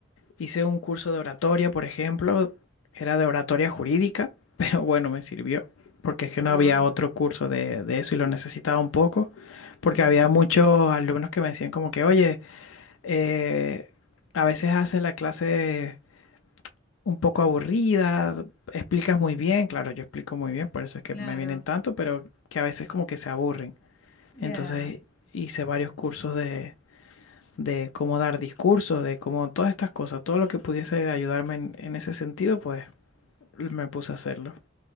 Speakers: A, on the left; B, on the left.
A: Hice un curso de oratoria, por ejemplo, era de oratoria jurídica, <laughs> pero bueno, me sirvió, porque es que
B: Wow,
A: no había otro curso de, de eso y lo necesitaba un poco, porque
B: ya,
A: había muchos alumnos que me decían como que, oye, eh, a veces haces la clase un poco aburrida, explicas muy bien, claro, yo explico muy bien, por eso es que
B: claro.
A: me vienen tanto, pero que a veces como que se aburren.
B: Ya,
A: Entonces hice varios cursos de de cómo dar discursos, de cómo todas estas cosas, todo lo que pudiese ayudarme en, en ese sentido, pues me puse a hacerlo. <laughs>